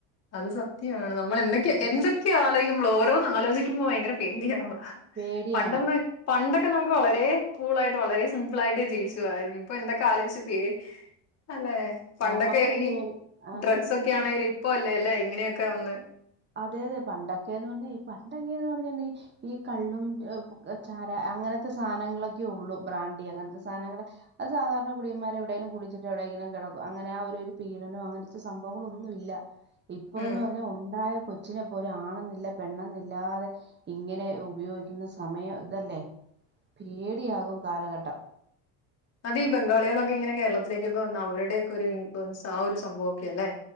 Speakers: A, on the left (about 40°); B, on the right (about 30°).
A: അത് സത്യമാണ് നമ്മൾ എന്തൊക്കെയോ
B: ആ,
A: എന്തൊക്കെയോ ആലോയിക്കുമ്പളോ ഓരോന്ന് ആലോജിക്കുമ്പോ ഭയങ്കര പേടിയാണ്
B: പേടിയാണ്
A: പണ്ടൊന്ന് പണ്ടൊക്കെ നമുക്ക് വളരെ കൂളായിട്ട് വളരെ സിമ്പിളായിട്ട് ജീവിച്ചു പോവാരുന്നു ഇപ്പൊ എന്തൊക്ക ആലോചിച്ച് പേ അല്ലെ പണ്ടൊക്കെ
B: നമ്മക്കും
A: ഈ
B: പേടി ആ
A: ഡ്രഗ്സൊക്കെ ആണേല് ഇപ്പോ അല്ലേ അല്ലേ ഇങ്ങനെയൊക്കെ വന്ന്
B: അതെ അതെ പണ്ടൊക്കെന്ന് പറഞ്ഞാ ഈ പണ്ട് എങ്ങനെന്ന് പറഞ്ഞാല് ഈ കള്ളും ചാരാ അങ്ങന അങ്ങനത്തെ സാധനങ്ങളൊക്കെ ഒള്ളു ബ്രാണ്ടി അങ്ങനത്തെ സാധനങ്ങള് അത് സാധാരണ കുടിയന്മാര് എവിടെങ്കിലും കുടിച്ചിട്ട് എവിടെങ്കിലും കയെ ടകു അങ്ങനെ ആ ഒരുത് പീഡനോ അങ്ങനത്തെ സംഭവങ്ങളൊന്നും ഇല്ല ഇപ്പൊന്ന്
A: ഉം
B: പറഞ്ഞാൽ ഒണ്ടായ കൊച്ചിനെ പോലും ആണെന്നില്ല പെണ്ണെന്നില്ലാതെ ഇങ്ങനെ ഉപയോഗിക്കുന്ന സമയം ഇതല്ലേ പേടിയാകും കാലഘട്ടം
A: അത് ഈ ബംഗാളികളൊക്കെ ഇങ്ങനെ കേരളത്തിലേക്കൊക്കെ വന്ന അവരുടെയൊക്കെ ഇൻ ഫുവൻസ് ആ ഒരു സംഭവം ഒക്കെ അല്ലെ